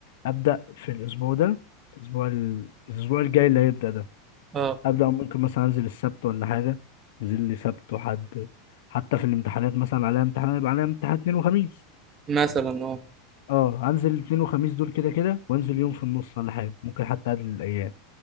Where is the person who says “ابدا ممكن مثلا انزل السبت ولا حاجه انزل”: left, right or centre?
Left